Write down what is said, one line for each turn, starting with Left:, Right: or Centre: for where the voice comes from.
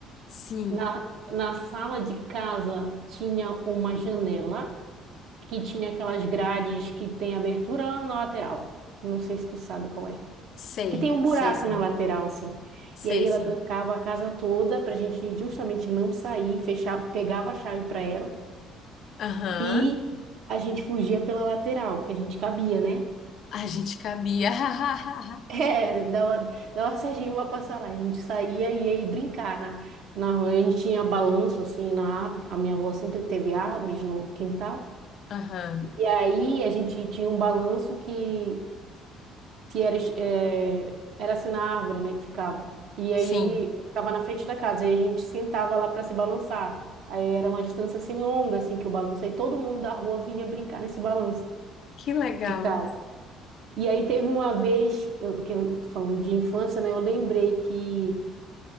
Left: Sim,
Right: Na, na sala de casa tinha uma janela que tinha aquelas grades que tem abertura na lateral. Não sei se tu sabe qual é.
Left: sei,
Right: que tem um buraco
Left: sei sim.
Right: na lateral, assim.
Left: Sei
Right: E aí ela
Left: sim.
Right: trancava a casa toda pra gente justamente não sair, fechar, pegava a chave pra ela
Left: Aham.
Right: e a gente fugia pela lateral, que a gente cabia, né? <laughs>
Left: A gente cabia. <laughs>
Right: É, dava, dava <laughs> certinho pra passar lá. A gente saía e ia brincar na, na rua. A gente tinha balanço, assim, na, árvore. a minha avó sempre teve árvores no quintal.
Left: Aham.
Right: E aí a gente tinha um balanço que que era, eh, era assim na árvore, né, que ficava. E aí
Left: Sim.
Right: ficava na frente da casa, e a gente sentava lá para se balançar. Aí era uma distância assim longa, assim, que o balanço. Aí todo mundo da rua vinha brincar nesse balanço
Left: Que legal.
Right: de casa. E aí teve uma vez, eu, que eu tô falando de infância, né, eu lembrei que